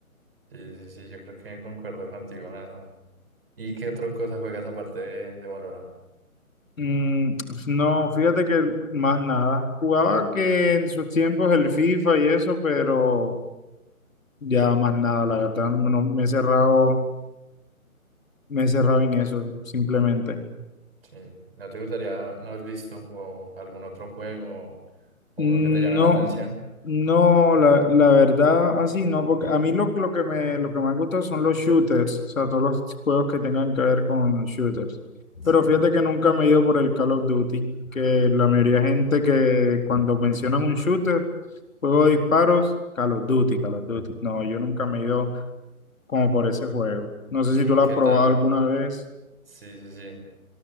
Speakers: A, on the right; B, on the left.
A: Sí, sí, sí, yo creo que concuerdo contigo en eso. ¿Y qué otra cosa juegas aparte de, de Valorant?
B: Mm, no, fíjate que más nada. Jugaba que en sus tiempos el FIFA y eso, pero ya más nada, la verdad, no, no, me he cerrado, me he cerrado en eso, simplemente.
A: Sí. ¿No te gustaría, no has visto, o algún otro juego o
B: No,
A: uno que te llame la atención?
B: no, la, la verdad, así no, porque a mí lo, lo que me, lo que me han gustado son los shooters, o sea, todos los juegos que tengan que ver con shooters.
A: Sí.
B: Pero fíjate que nunca me he ido por el Call of Duty, que la mayoría de gente que cuando mencionan un shooter, juego de disparos, Call of Duty, Call of Duty. No, yo nunca me he ido como por ese juego. No
A: ¿Y
B: sé
A: qué,
B: si tú lo
A: qué
B: has probado
A: tal?
B: alguna vez.
A: Sí, sí, sí.